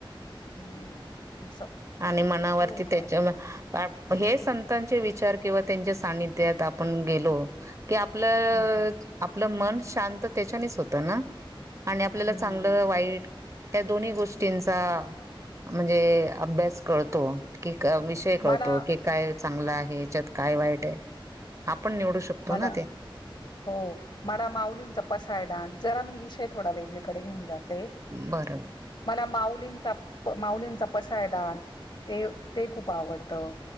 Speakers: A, on the left (about 55°); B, on the right (about 35°).
A: हम्म. असं
B: आणि मनावरती
A: ते एक
B: त्याच्या
A: वाट
B: हे संतांचे विचार किंवा त्यांच्या सानध्यात आपण गेलो कि आपलं
A: हम्म की
B: आपलं मन शांत तेच्यानेच होत ना. आणि आपल्याला
A: हम्म
B: चांगलं वाईट ह्या दोन्ही गोष्टींचा म्हणजे अभ्यास कळतो. की विषय कळतो
A: आपलं आणि
B: की काय चांगला आहे, याच्यात काय वाईट आहे. आपण निवडू शकतो
A: मला
B: ना ते
A: हो मला माऊलींचा पसाय दान जरा मी विषय थोडा वेगळीकडे घेऊन जाते
B: बरोबर
A: मला माऊ. लींचा माउलींचा पसायदान ते ते खूप आवडतं.